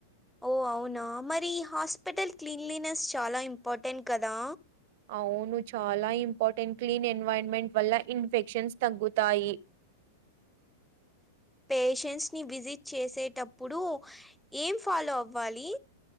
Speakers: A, in the centre; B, on the right.
A: ఓ అవునా మరి హాస్పిటల్ క్లీన్లీనెస్ చాలా ఇంపార్టెంట్ కదా
B: అవును చాలా ఇంపార్టెంట్ క్లీన్ ఎన్వైరన్మెంట్ వల్ల ఇన్ఫెక్షన్స్ తగ్గుతాయి
A: పేషెంట్స్ని విజిట్ చేసేటప్పుడు ఏం ఫాలో అవ్వాలి